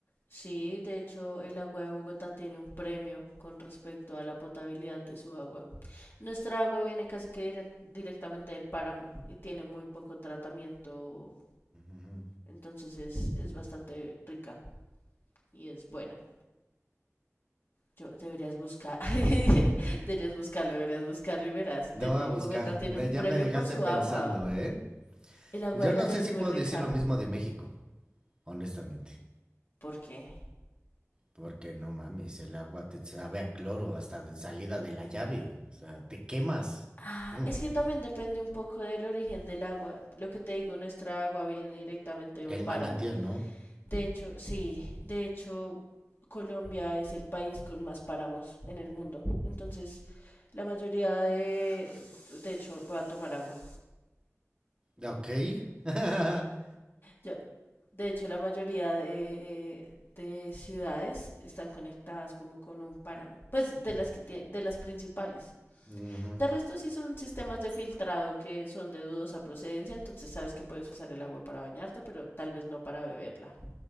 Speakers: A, on the left; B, on the right.
A: sí, de hecho el agua de Bogotá tiene un premio con respecto a la potabilidad de su agua. Nuestra agua viene casi que dire- directamente del páramo y tiene muy poco tratamiento.
B: Ujú.
A: Entonces es, es bastante rica y es buena. Yo deberías buscar, <laughs> deberías buscarlo, deberías buscarlo y verás.
B: No
A: Te-
B: voy a buscar.
A: eh, Bogotá tiene
B: Ne-
A: un
B: Ya
A: premio
B: me dejaste
A: por su
B: pensando,
A: agua.
B: ¿eh?
A: El agua
B: Yo
A: de
B: no
A: la llave
B: sé
A: es
B: si
A: muy
B: puedo
A: rica.
B: decir lo mismo de México, honestamente.
A: ¿Por qué?
B: Porque no mames, el agua te sabe a cloro hasta de salida de la llave. O sea, te quemas.
A: Ah,
B: Ujú.
A: es que también depende un poco del origen del agua. Lo que te digo, nuestra agua viene directamente de
B: El
A: un páramo.
B: manantial, ¿no?
A: De hecho, sí, de hecho, Colombia es el país con más páramos en el mundo. Entonces, la mayoría de, de hecho, voy a tomar agua.
B: Ok. <laughs>
A: Yo, de hecho, la mayoría de, de ciudades están conectadas como con un páramo, pues de las que tie- de las principales.
B: Ujú.
A: De resto sí son sistemas de filtrado que son de dudosa procedencia, entonces sabes que puedes usar el agua para bañarte, pero tal vez no para beberla.